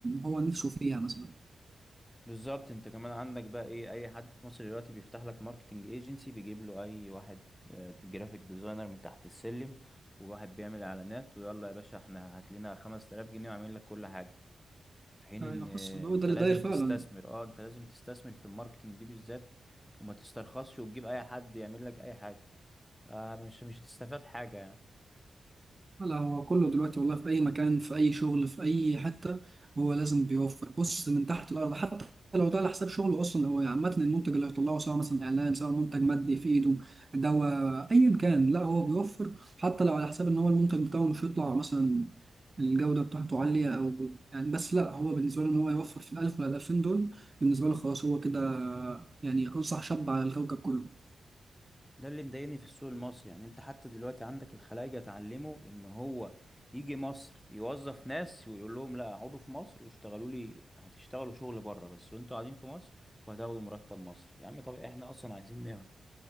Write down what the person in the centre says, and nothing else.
بالظبط انت كمان عندك بقى ايه اي حد في مصر دلوقتي بيفتح لك ماركتنج ايجنسي بيجيب له اي واحد جرافيك ديزاينر من تحت السلم وواحد بيعمل اعلانات ويلا يا باشا احنا هات لنا 5000 جنيه وعامل لك كل حاجه في حين
ان آه،
انت
لازم
تستثمر اه انت لازم تستثمر في الماركتنج دي بالذات وما تسترخصش وتجيب اي حد يعمل لك اي حاجه آه مش مش هتستفاد حاجه يعني
ده اللي مضايقني في السوق المصري يعني انت حتى دلوقتي عندك الخلايجة اتعلموا ان هو يجي مصر يوظف ناس ويقول لهم لا اقعدوا في مصر واشتغلوا لي هتشتغلوا شغل بره بس وانتوا قاعدين في مصر وهتاخدوا مرتب مصر يا عم طب احنا اصلا عايزين نهرب